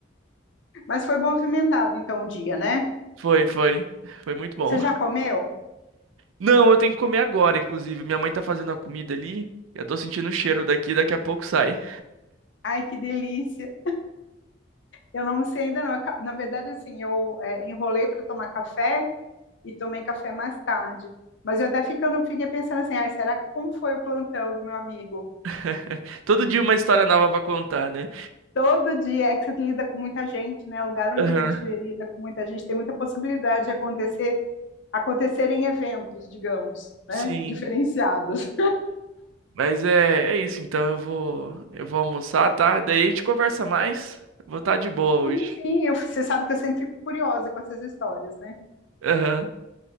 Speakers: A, on the left; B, on the right.
A: Mas foi movimentado então o dia, né?
B: Foi, foi. Foi muito bom.
A: Você já comeu?
B: Não, eu tenho que comer agora, inclusive. Minha mãe tá fazendo a comida ali. Eu tô sentindo o cheiro daqui, daqui a pouco sai.
A: Ai, que delícia. Eu não sei ainda não. Aca- Na verdade, assim, eu é, enrolei para tomar café e tomei café mais tarde. Mas eu até ficando, fiquei pensando assim, ai, será que- como foi o plantão do meu amigo?
B: <laughs> Todo dia uma história nova pra contar, né?
A: Todo dia é que você lida com muita gente, né? Lugar onde
B: Aham,
A: a gente lida com muita gente tem muita possibilidade de acontecer, acontecerem eventos, digamos,
B: sim.
A: né? Diferenciados.
B: Mas é, é isso, então eu vou, eu vou almoçar, tá? Daí a gente conversa mais. Vou estar de boa
A: Sim,
B: hoje.
A: sim, eu- você sabe que eu sempre fico curiosa com essas histórias, né?
B: Aham,